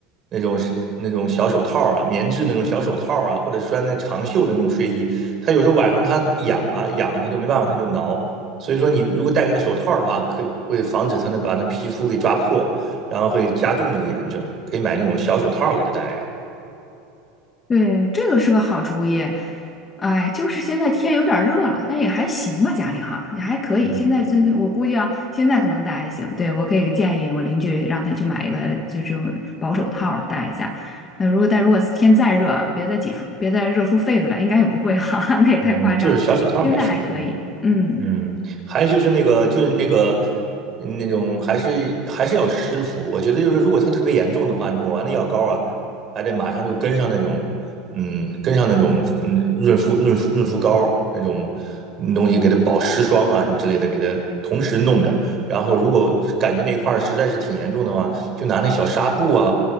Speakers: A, on the right; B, on the left.
A: 那种那种小手套啊，棉质那种小手套啊，或者穿那长袖的那种睡衣。他有时候晚上他痒啊痒，他就没办法，他就挠。所以说，你如果戴个那手套的话，可以会防止他那把那皮肤给抓破，然后会加重那个炎症。可以买那种小手套给他戴着，
B: 对，这个是个好主意。哎，就是现在天有点儿热了，但也还行吧，家里哈也还可以。
A: 嗯
B: 现在真，我估计啊，现在可能戴还行。对，我可以建议我邻居让他去买一个，就这种薄手套儿戴一下。那如果但如果天再热，别再挤出，别再热出痱子来，应该也不会哈、<laughs> 那也太夸张了。
A: 嗯，就是小手套没事嗯。
B: 现在还可以，嗯。
A: 嗯，还有就是那个，就是那个，嗯那种还是还是要湿敷。我觉得就是，如果它特别严重的话，你抹完那药膏啊，还得马上就跟上那种，嗯，跟上那种，嗯，润肤润肤润肤膏那种东西，给它保湿霜啊什么之类的，给它同时弄着。然后如果感觉那一块儿实在是挺严重的话，就拿那小纱布啊，